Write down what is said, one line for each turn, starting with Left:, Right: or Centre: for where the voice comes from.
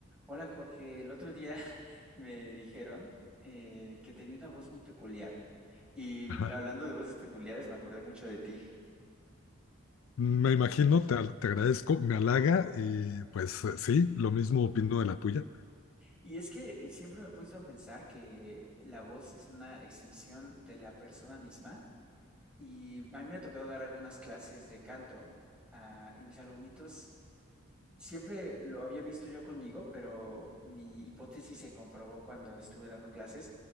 Centre: Hola Jorge, el otro día <laughs> me dijeron eh, que tenía una voz muy peculiar y
Left: Ajá.
Centre: hablando de voces peculiares me acordé mucho de ti.
Left: Me imagino, te, te agradezco, me halaga y pues eh, sí, lo mismo opino de la tuya.
Centre: Y es que eh, siempre me he puesto a pensar que la voz es una extensión de la persona misma y a mí me ha tocado dar algunas clases de canto ah, y mis alumnitos Siempre lo había visto yo conmigo, pero mi hipótesis se comprobó cuando estuve dando clases